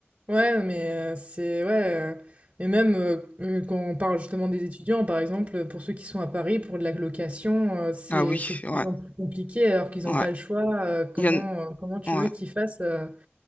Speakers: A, on the right; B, on the left.
A: Ouais, non, mais euh, c'est ouais. euh, mais même euh, euh, quand on parle justement des étudiants, par exemple, euh, pour ceux qui sont à Paris, pour de la location, euh, c'est
B: Ah oui,
A: c'est de
B: ouais,
A: plus en plus compliqué alors qu'ils
B: ouais.
A: n'ont pas le choix. euh, comment,
B: Il y en...
A: euh, comment tu veux
B: ouais.
A: qu'ils fassent euh,